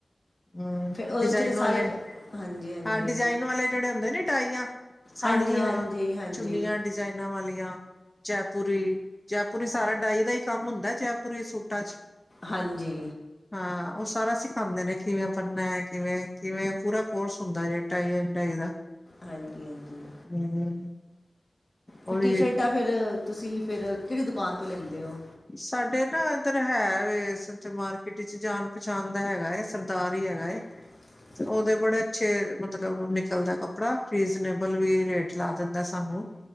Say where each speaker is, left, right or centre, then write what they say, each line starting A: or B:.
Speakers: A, on the left; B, on the left.
A: ਹੂੰ।
B: ਫਿਰ ਉਹਦੇ
A: ਡਿਜ਼ਾਇਨ
B: 'ਚ ਤਾਂ ਸਾਰੇ
A: ਵਾਲੇ,
B: ਕ ਹਾਂਜੀ ਹਾਂਜੀ
A: ਹਾਂ ਡਿਜ਼ਾਇਨ ਵਾਲੇ ਜੇੜੇ ਹੁੰਦੇ ਨੀ ਡਾਈਆਂ। ਸਾੜੀਆਂ,
B: ਹਾਂਜੀ ਹਾਂਜੀ ਹਾਂਜੀ
A: ਚੁੰਨੀਆਂ ਡਿਜ਼ਾਇਨਾਂ ਵਾਲੀਆਂ ਜੈਪੁਰੀ, ਜੈਪੁਰੀ ਸਾਰਾ ਡਾਈ ਦਾ ਈ ਕੰਮ ਹੁੰਦਾ ਐ ਜੈਪੁਰੀ ਸੂਟਾਂ ਚ।
B: ਹਾਂਜੀ
A: ਹਾਂ ਉਹ ਸਾਰਾ ਸਿਖਾਉਂਦੇ ਨੇ ਕਿਵੇਂ ਬਣਨਾ ਹੈ? ਕਿਵੇਂ - ਕਿਵੇਂ ਪੂਰਾ ਕੋਰਸ ਹੁੰਦਾ ਜ- ਟਾਈ ਐਂਡ ਡਾਈ ਦਾ-
B: ਹਾਂਜੀ -ਹਾਂਜੀ
A: ਹਮ
B: ਫਿਰ
A: ਉਹ ਵੀ
B: ਟੀ- ਸ਼ਰਟਾਂ ਫਿਰ ਤੁਸੀਂ ਫਿਰ ਕਿਹੜੀ ਦੁਕਾਨ ਤੋਂ ਲੈਂਦੇ ਔ।
A: ਸਾਡੇ ਨਾ ਇੱਧਰ ਹੈ ਵੇ ਏਥੇ ਮਾਰਕੀਟ ਚ ਜਾਣ- ਪਛਾਣ ਦਾ ਹੈਗਾ ਐ, ਸਰਦਾਰ ਈ ਹੈਗਾ ਐ।
B: <inaudible>
A: ਤੇ ਉਹਦੇ ਬੜੇ ਅੱਛੇ ਮਤਲਬ ਨਿਕਲਦਾ ਕੱਪੜਾ ਰੀਜ਼ਨੇਬਲ ਵੀ ਰੇਟ ਲਾ ਦਿੰਦਾ ਸਾਨੂੰ,